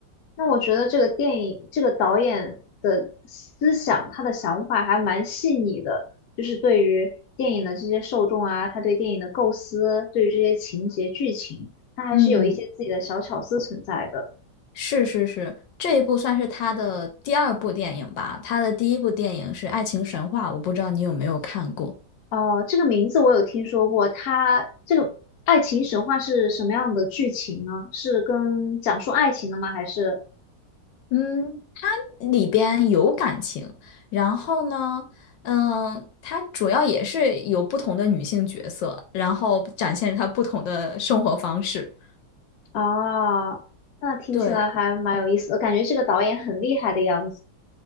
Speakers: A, on the left; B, on the left.
A: 那我觉得这个电影，这个导演的思想，他的想法还蛮细腻的，就是对于电影的这些受众啊，他对电影的构思，对于这些情节剧情，他还是有一些自己的小巧思存在的。
B: 嗯是是是，这一部算是他的第二部电影吧。他的第一部电影是《爱情神话》，我不知道你有没有看过。
A: 哦、这个名字我有听说过，他这个爱情神话是什么样的剧情呢？是跟讲述爱情的吗？还是
B: 嗯，它里边有感情，然后呢，嗯，它主要也是有不同的女性角色，然后展现她不同的生活方式。
A: 啊，那听起来还蛮有意思的，
B: 对，
A: 感觉这个导演很厉害的样子。